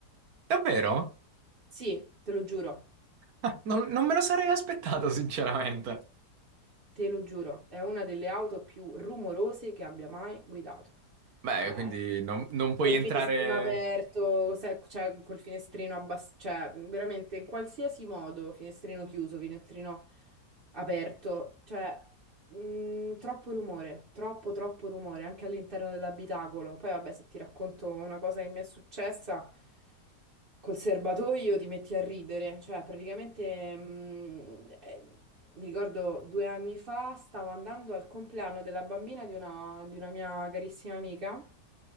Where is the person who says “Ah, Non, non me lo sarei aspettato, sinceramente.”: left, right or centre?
Right